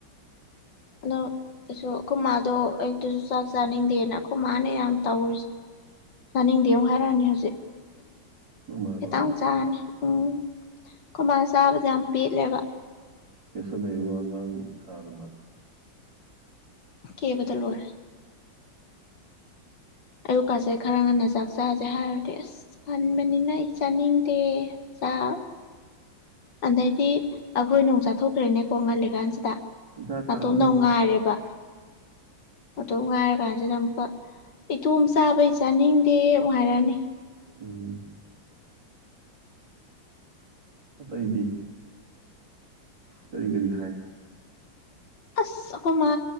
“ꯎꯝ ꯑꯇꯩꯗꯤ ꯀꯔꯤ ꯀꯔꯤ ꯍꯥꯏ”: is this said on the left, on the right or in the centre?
Right